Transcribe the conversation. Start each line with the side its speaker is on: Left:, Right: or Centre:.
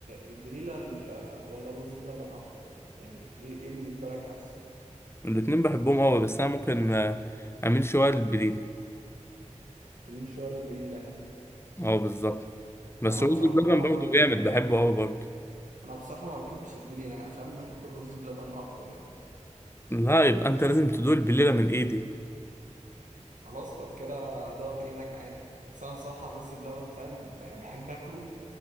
Right: البليله ال- ولا الرز بلبن اكتر يعني ايه إيه بالنسبه لك احسن
Left: الاتنين بحبهم أوي بس أنا ممكن آه، أميل شوية للبليلة
Right: تميل شويه للبليله يعني
Left: أه بالظبط بس
Right: انا
Left: رز
Right: بصراحه
Left: بلبن
Right: ما
Left: برضو
Right: انا
Left: جامد بحبه أوي برضو
Right: أنا بصراحه ما بحبش البليله يعني فاهم بحب الرز بلبن اكتر يعني
Left: لا يبقى أنت لازم تدوق البليلة من إيدي
Right: خلاص لو كده ضاع من ايدك عادي بس انا بصراحه الرز بلبن فاهم ب- بحب اكله